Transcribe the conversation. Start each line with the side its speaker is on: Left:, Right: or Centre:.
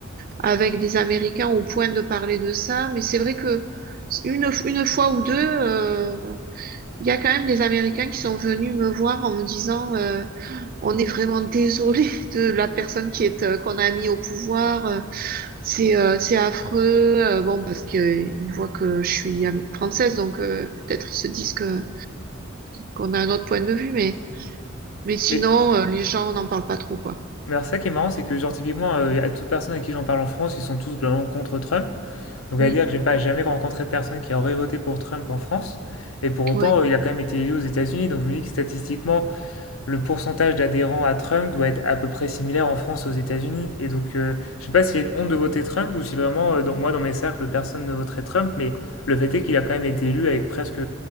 Right: avec des Américains au point de parler de ça. Mais c'est vrai que une, f- une fois ou deux, euh, il y a quand même des Américains qui sont venus me voir en me disant, euh, on est vraiment désolé <laughs> de la personne qui est, euh, qu'on a mis au pouvoir. euh, C'est euh, c'est affreux, euh, bon, parce que euh, ils voient que je suis à mes 36, donc euh, peut-être ils se disent que qu'on a un autre point de vue, mais mais sinon
Left: Mais,
Right: euh, les gens n'en parlent pas trop, quoi.
Left: mais alors ça qui est marrant, c'est que genre typiquement, euh, à toute personne à qui j'en parle en France, ils sont tous globalement contre Trump. Donc à
Right: Mm.
Left: dire que j'ai pas jamais rencontré de personne qui aurait voté pour Trump en France. Et pour autant,
Right: ouais,
Left: euh, il a quand même été élu aux États-Unis. Donc je me dis que statistiquement, le pourcentage d'adhérents à Trump doit être à peu près similaire en France aux États-Unis. Et donc, euh, je ne sais pas s'il y a une honte de voter Trump ou si vraiment, euh, dans- moi, dans mes cercles, personne ne voterait Trump, mais le fait est qu'il a quand même été élu avec presque